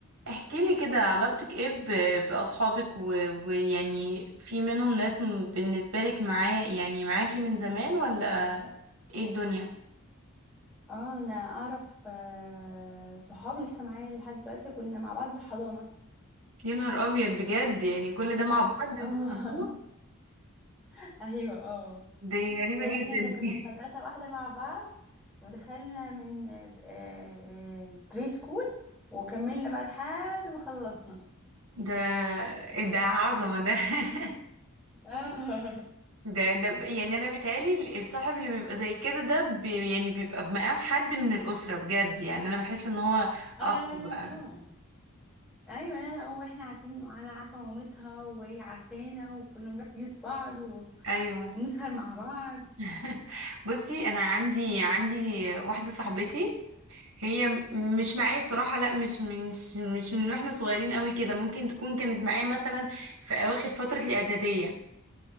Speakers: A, on the right; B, in the centre.
A: احكي لي كده علاقتك ايه ب- بأصحابك و- ويعني في منهم ناس م- بالنسبة لك معاه يعني معاكي من زمان ولا ايه الدنيا
B: اه انا اعرف آه، صحاب لسه معايا لحد دلوقتي كنا مع بعض في الحضانة
A: يا نهار ابيض بجد يعني كل ده مع
B: اه
A: بعض
B: اه
A: الله
B: <laughs> ايوه اه
A: دي غريبة
B: يعني
A: جدا
B: احنا ده كنا
A: دي
B: في مدرسة واحدة مع بعض ودخلنا من آه، آه، بري سكول وكملنا بقى لحد ما خلصنا
A: ده إيه ده عظمة ده <laughs>
B: اه <laughs>
A: ده ده ب- يعني انا بيتهيألي الصاحب اللي بيبقى زي كده ده بي يعني بيبقى بمقام حد من الأسرة بجد يعني انا بحس ان هو
B: اه
A: اخ
B: لا
A: بقى
B: لا اه ايوه لا لا واحنا عارفين انا عارفه مامتها وهي عارفانا وكنا بنروح بيوت بعض
A: ايوه
B: وبنسهر مع بعض
A: <laughs> بصي انا عندي عندي واحده صاحبتي هي م- مش معايا بصراحة لا مش من مش مش من واحنا صغيرين قوي كده ممكن تكون كانت معايا مثلا في أواخر فترة الإعدادية